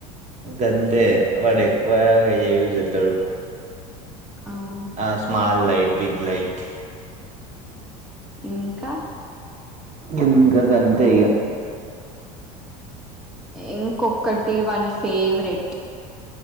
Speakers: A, on the right; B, in the centre.
A: గందే వాడు ఎక్కువ అయేవి జతాడు
B: అవు
A: ఆ స్మల్ లైట్ బిగ్లైట్
B: ఇంకా
A: ఇంకా గంతేయిగా
B: ఇంకొకటి వన్ ఫేవరెట్